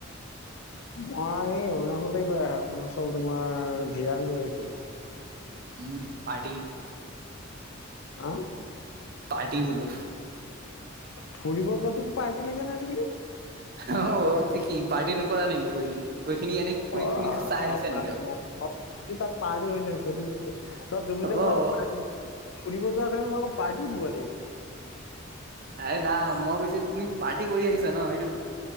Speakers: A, on the left; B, on the right.
A: মই এই অৰুণাচলে গৈ আছো অৰুণাচল তোমাৰ জিৰাং গৈ আছিলো।
B: উম পাৰটি
A: হা
B: পাৰ্টি বোলো
A: ফুৰিব যোৱা তোক পাৰ্টি লাগে নাই আজিকালি।
B: অ তে কি পাৰ্টি নকৰা নেকি গৈ কিনি গৈ কিনি এনে ফুৰিকিনি
A: অ'
B: চাই
A: অ,
B: আহিছা নেকি আকৌ
A: অ, অ, কিন্তু তাত পাৰ্টি হৈছে তুমি যে
B: অ',
A: ক'লা পাৰ্টি ফুৰিব যোৱা কাৰণে মই আকৌ পাৰ্টিও দিব লাগিব।
B: এ না মই কৈছো তুমি পাৰ্টি কৰি আহিছা ন সেইটো